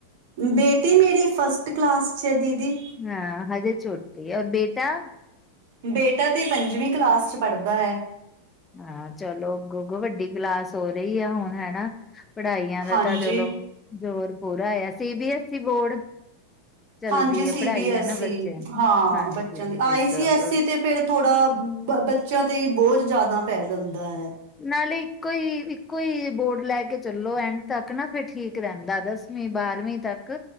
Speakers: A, on the right; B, on the left.
A: ਬੇਟੀ ਮੇਰੀ ਫਸਟ ਕਲਾਸ 'ਚ ਹੈ ਦੀਦੀ
B: ਹਾਂ ਹਜੇ ਚੋਟੀ, ਔਰ ਬੇਟਾ
A: ਬੇਟਾ ਤੇ ਪੰਜਵੀਂ ਕਲਾਸ 'ਚ ਪੜ੍ਹਦਾ ਐ
B: ਹਾਂ ਚਲੋ ਅੱਗੋਂ ਅੱਗੋਂ ਵੱਡੀ ਕਲਾਸ ਹੋ ਰਹੀ ਆ ਹੁਣ ਹਨਾ ਪੜ੍ਹਾਈਆਂ ਦਾ
A: ਹਾਂਜੀ
B: ਤਾਂ ਚਲੋ ਜ਼ੋਰ ਪੂਰਾ ਆ C B S E board ਚੱਲਦੀ
A: ਹਾਂਜੀ ਸੀ
B: ਹੈ ਪੜ੍ਹਾਈ
A: ਬੀ ਐਸੀ
B: ਹੈ ਨਾ ਬੱਚਿਆਂ ਨੂੰ
A: ਹਾਂ
B: ਹਾਂਜੀ
A: ਬੱਚਿਆਂ
B: ਹਾਂਜੀ
A: ਦੀ ਆਈ
B: ਚਲੋ
A: ਸੀ ਐਸ ਈ ਤੇ ਫੇਰ ਥੋੜ੍ਹਾ ਬ ਬੱਚਿਆਂ ਤੇ ਬੋਝ ਜ਼ਿਆਦਾ ਪੈ ਜਾਂਦਾ ਹੈ
B: ਨਾਲੇ ਇੱਕੋ ਹੀ ਇੱਕੋ ਹੀ ਬੋਰਡ ਲੈ ਕੇ ਚੱਲੋ ਐਂਨ ਤੱਕ ਨਾ ਫੇਰ ਠੀਕ ਰਹਿੰਦਾ ਦੱਸ ਨੀ ਬਾਰਵੀਂ ਤੱਕ,